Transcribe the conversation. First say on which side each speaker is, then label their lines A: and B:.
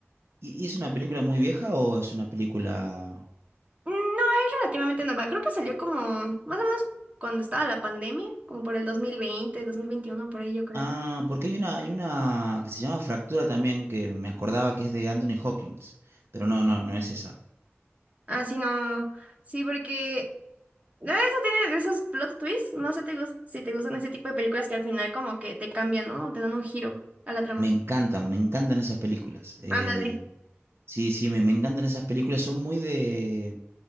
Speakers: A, on the right; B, on the right.
A: ¿Y, y es una película muy vieja o es una película...?
B: No, es relativamente nueva. Creo que salió como más o menos cuando estaba la pandemia, como por el dos dos mil veinte dos mil veintiuno por ahí yo creo.
A: Ah, porque hay una, hay una que se llama Fractura también, que me acordaba que es de Anthony Hawkins, pero no, no, no es esa.
B: Ah, sí, no, no, no. Sí, porque no, eso tiene de esos plot twists. No sé te gus- si te gustan ese tipo de películas que al final como que te cambian, ¿no? Te dan un giro a la trama.
A: Me encantan, me encantan esas películas. Eh,
B: Ándale.
A: sí, sí, me, me encantan esas películas, son muy de...